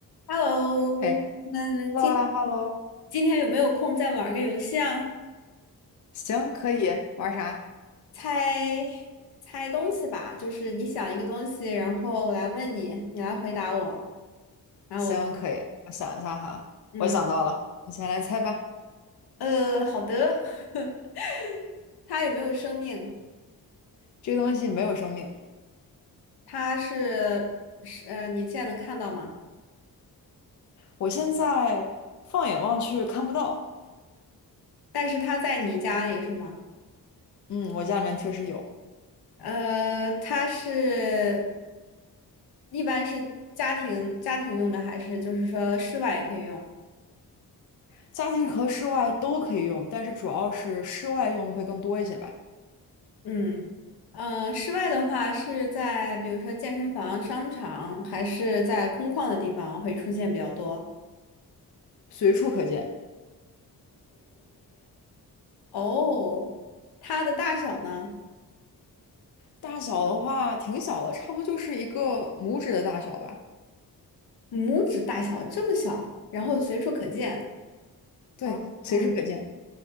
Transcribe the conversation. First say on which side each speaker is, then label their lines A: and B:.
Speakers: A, on the left (about 75°); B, on the left (about 50°).
A: Hello，
B: 嘿
A: 那今
B: ，hello h e l l o
A: 今天有没有空再玩个游戏啊？
B: 行，可以玩啥？
A: 猜猜东西吧，就是你想一个东西，然后我来问你，你来回答我，然后我，
B: 行，可以。我想一下哈，
A: 嗯，
B: 我想到了，你先来猜吧。
A: 呃，好的。<laughs> 它有没有生命？
B: 这个东西没有生命，
A: 它是是呃，你现在能看到吗？
B: 我现在放眼望去看不到。
A: 但是它在你家里是吗？
B: 嗯，我家里面确实有，
A: 呃，它是一般是家庭家庭用的，还是就是说室外也可以用？
B: 家庭和室外都可以用，但是主要是室外用的会更多一些吧，
A: 嗯，呃，室外的话是在比如说健身房、商场，还是在空旷的地方会出现比较多。
B: 随处可见。
A: 哦，它的大小呢？
B: 大小的话挺小的，差不多就是一个拇指的大小吧。
A: 拇指大小，这么小，然后随处可见。
B: 对，
A: 哦，
B: 随处可见。
A: 嗯，